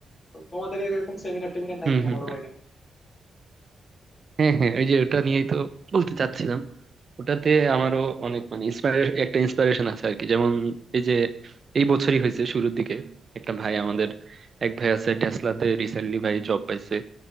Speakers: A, on the left; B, on the right.
A: তো তোমাদের এরকম সেমিনার টেমিনার নাই
B: হুম
A: কিনা
B: হুম
A: বড় ভাইরা
B: হ্যাঁ হ্যাঁ ওই যে ওটা নিয়েই তো বলতে চাচ্ছিলাম ওটাতে আমারও অনেক মানে inspire- একটা ইন্সপিরেশন আছে আর কি যেমন এই যে এই বছরই হয়েছে শুরুর দিকে একটা ভাই আমাদের এক ভাই আছে টেসলাতে রিসেন্টলি ভাই জব পাইছে